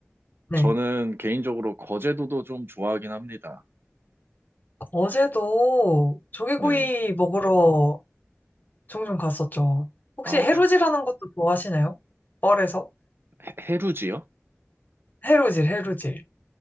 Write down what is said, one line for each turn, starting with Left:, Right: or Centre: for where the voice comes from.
Left: 네.
Right: 저는 개인적으로 거제도도 좀 좋아하긴 합니다.
Left: 어제도 조개구이
Right: 네.
Left: 먹으러 종종 갔었죠. 혹시
Right: 아,
Left: 해루질하는
Right: 조-
Left: 것도 좋아하시나요? 뻘에서?
Right: 해- 해루지요?
Left: 해루질, 해루질.